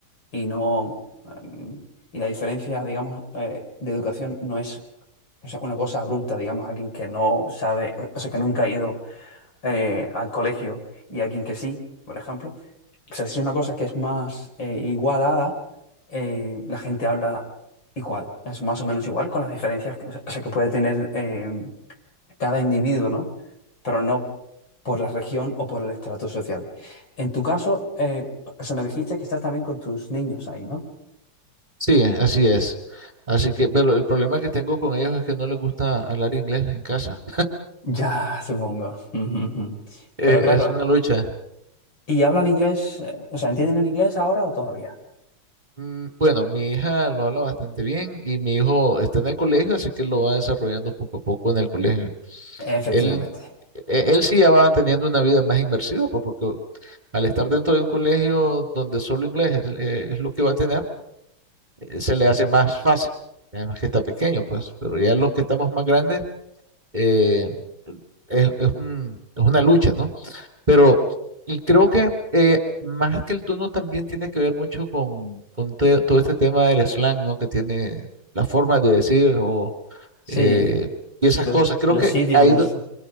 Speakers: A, on the left; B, on the right.
A: y no, em, y la diferencia, digamos, eh, de educación no es, o sea, una cosa abrupta, digamos, alguien que no sabe, o sea, que nunca ha ido eh, al colegio y a quien que sí, por ejemplo. O sea, si es una cosa que es más eh, igualada, eh, la gente habla igual, es más o menos igual con las diferencias que, o sea, o sea, que puede tener eh, cada individuo, ¿no? Pero no por la región o por el estrato social. En tu caso, eh, o sea, me dijiste que estás también con tus niños ahí, ¿no?
B: Sí, así es. Así que, pero el problema que tengo con ellos es que no les gusta hablar inglés en casa.
A: Ya, supongo. <laughs>
B: Eh,
A: Pero claro,
B: es una lucha.
A: ¿y hablan inglés? eh, O sea, ¿entienden el inglés ahora o todavía?
B: Mm, Bueno, mi hija lo habla bastante bien y mi hijo está en el colegio, así que lo va desarrollando poco a poco en el colegio.
A: Efectivamente.
B: Él, e- él sí ya va teniendo una vida más inmersiva, pues, porque al estar dentro de un colegio donde solo inglés es, eh, es lo que va a tener, eh, se le hace más fácil, además que está pequeño, pues, pero ya los que estamos más grandes, eh, es, es un- es una lucha, ¿no? Pero y creo que eh, más que el tono también tiene que ver mucho con, con te- todo este tema del slang, ¿no? Que tiene la forma de decir o,
A: Sí,
B: eh, y esas
A: de-
B: cosas. Creo
A: los
B: que
A: idioms.
B: ahí, do-